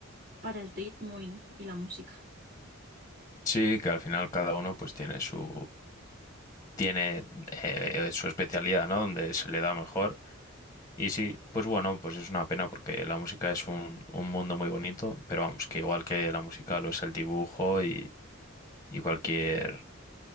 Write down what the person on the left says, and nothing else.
Sí, que al final cada uno pues tiene su tiene eh, su especialidad, ¿no? Donde se le da mejor. Y sí, pues bueno, pues es una pena porque la música es un, un mundo muy bonito, pero vamos, que igual que la música lo es el dibujo y, y cualquier